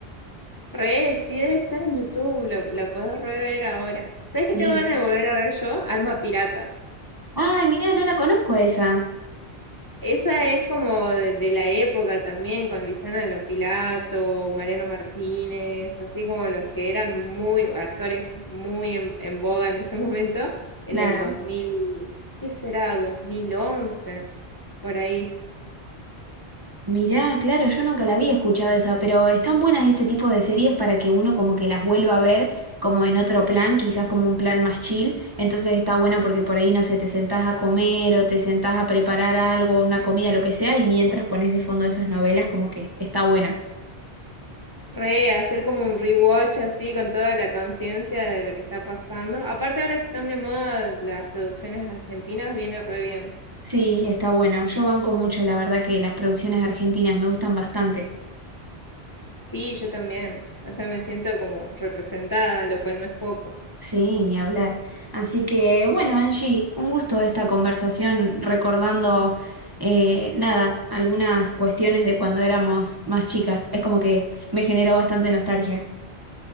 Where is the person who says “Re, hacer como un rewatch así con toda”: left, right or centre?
Left